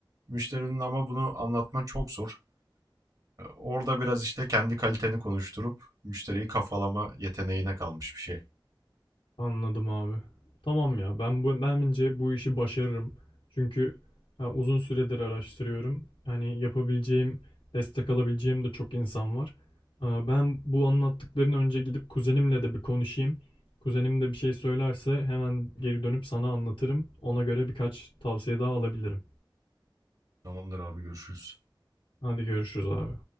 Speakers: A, on the right (about 45°); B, on the left (about 80°).
A: Müşterinin ama bunu anlatman çok zor. E, Orada biraz işte kendi kaliteni konuşturup müşteriyi kafalama yeteneğine kalmış bir şey.
B: Anladım abi. Tamam ya ben bu, bence bu işi başarırım. Çünkü ha, uzun süredir araştırıyorum. Hani yapabileceğim, destek alabileceğim de çok insan var. Aa, ben bu anlattıklarını önce gidip kuzenimle de bir konuşayım. Kuzenim de bir şey söylerse hemen geri dönüp sana anlatırım. Ona göre birkaç tavsiye daha alabilirim.
A: Tamamdır abi görüşürüz.
B: Hadi görüşürüz abi.